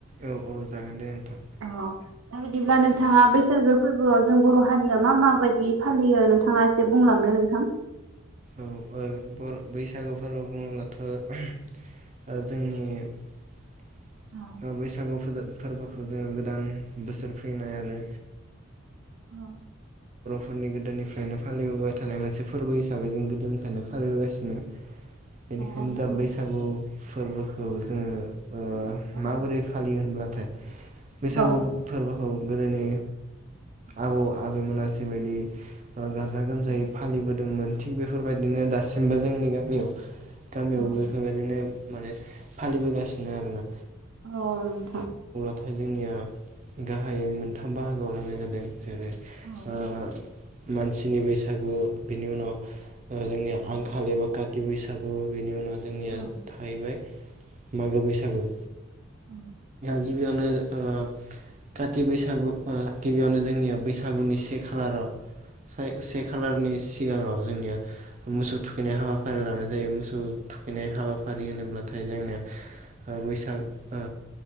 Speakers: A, on the right (about 35°); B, on the right (about 80°).
A: औ औ जागोन दे नोंथां
B: औ दा बिदिब्ला नों बिथाङा बैसागो फोरबोआव जों बर' हारिया मा मा बायदियै फालियो नोंथाङा एसे बुंलांदो नोंथां
A: औ ओ बल बैसागु फोरबो बुङोब्लाथ' ओ जोंनि ओ
B: औ
A: बैसागु <unintelligible> फोरबोखौ जोङो गोदान बोसोर फैनाय आरो
B: औ
A: फोरनि गोदोनिफ्रायनो फालिबोबाय थानाय मोनसे फोरबो हिसाबै जों गोदोनिफ्रायनो फालिबोगासिनो बेनिखायनो
B: औ नंगौ
A: दा बैसागु फोरबोखौ जोङो ओ
B: औ
A: माबोरै फालियो होनब्ला थे बैसागु
B: औ
A: फोरबोखौ गोदोनि आबौ आबैमोना जिबायदि ओ गाजा गोमजायै
B: औ
A: फालिबोदोंमोन बेफोरबायदिनो दासिमबो जोंनि गामियाव गामियाव
B: औ
A: बेफोरबायदिनो माने फालिबोगासिनो आरोना।
B: औ नोंथां
A: नाथाय जोंनिया गाहायै मोनथाम बाहागोआव रानाय जादों जेरै
B: औ
A: ओ मानसिनि बैसागु बिनि उनाव ओ जोंनिया आंखाल एबा खाथि बैसागु बेनि उनाव जोंनिया
B: औ
A: थाहैबाय मागो बैसागु
B: औ
A: गिबियावनो ओ काति बैसागु ओ गिबियावनो जोंनियाव बैसागुनि से खालाराव साय से खलारनि सि गाङाव जोंनिया मोसौ थुखैनाय हाबाफारि लानाय जायो मोसौ थुखैनाय हाबाफारि होनोब्लाथाय जोंनिया ओ बैसाग ओ